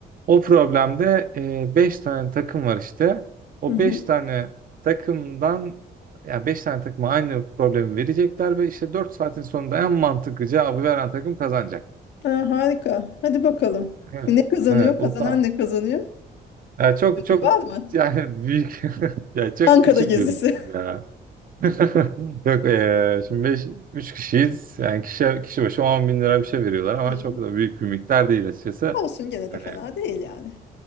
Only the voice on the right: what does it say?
O problemde e, 5 tane takım var işte. O
5 tane takımdan yani 5 tane takıma aynı problemi verecekler ve işte 4 saatin sonunda en mantıklı cevabı veren takım kazanacak.
Evet.
Evet,
o da
yani çok
çok
yani büyük <laughs> yani çok
küçük
bir miktar ya. <laughs> Yok eee, şimdi 5 3 kişiyiz. Yani kişi kişi başı 10 bin lira bir şey veriyorlar ama
çok da büyük bir miktar değil açıkçası.
Hani